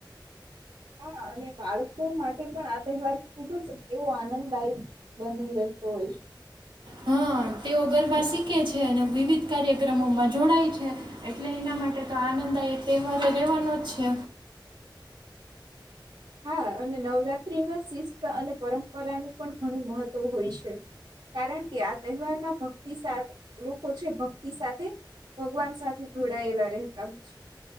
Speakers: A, on the right (about 70°); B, on the right (about 85°).
A: હા અને બાળકો માટે પણ આ તહેવાર ખુબ જ એવો આનંદદાયક બની રહેતો હોય છે
B: હા તેઓ ગરબ શીખે છે અને વિવિધ કાર્યક્રમોમાં જોડાય છે એટલે એના માટે તો આનંદદાયક તહેવારે રહેવાનો જ છે
A: હા અને નવરાત્રીમાં શિસ્ત અને પરંપરાનું પણ ઘણું મહત્ત્વ હોય છે કારણ કે આ તહેવારમાં ભક્તિ સાથે લોકો છે ભક્તિ સાથે ભગવાન સાથે જોડાયેલા રહેતા હોય છે